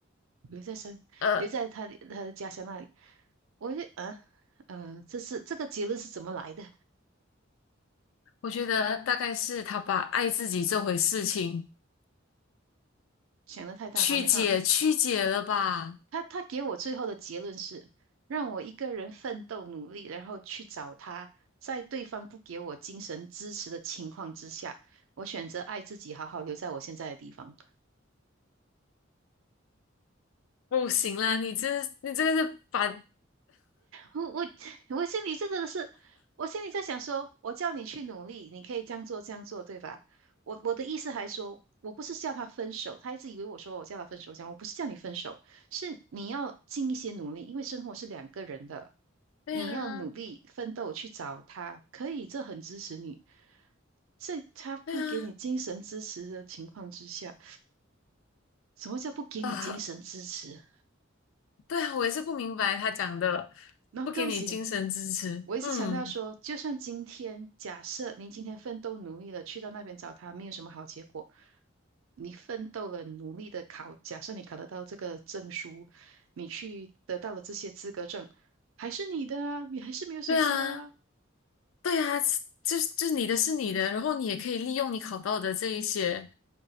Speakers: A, on the right; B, on the left.
A: 留在山，
B: 呃，
A: 留在他的他的家乡那里。我就啊，呃，这是这个结论是怎么来的？
B: 我觉得大概是他把爱自己这回事情
A: 想的太单方面啊。
B: 曲解曲解了吧？
A: 他他给我最后的结论是，让我一个人奋斗努力，然后去找他，在对方不给我精神支持的情况之下，我选择爱自己，好好留在我现在的地方。
B: 不行啦，你这你这个是把
A: 我我 <laughs> 我心里真的是，我心里在想说，我叫你去努力，你可以这样做这样做，对吧？我我的意思还说，我不是叫他分手，他一直以为我说我叫他分手，我讲我不是叫你分手，是你要尽一些努力，因为生活是两个人的，
B: 对啊
A: 你要努力奋斗去找他，可以，这很支持你，这他不给你精神支持的情况之下，
B: 对啊
A: 什么叫不给你精神支持？
B: 呃对啊，我也是不明白他讲的，
A: 那不要紧，
B: 不给你精神支持，
A: 我一直强调说，
B: 嗯，
A: 就算今天假设您今天奋斗努力了，去到那边找他，没有什么好结果。你奋斗了，努力的考，假设你考得到这个证书，你去得到了这些资格证，还是你的啊，你还是没有损失啊。
B: 对啊。对啊，是就是就是你的是你的，然后你也可以利用你考到的这一些，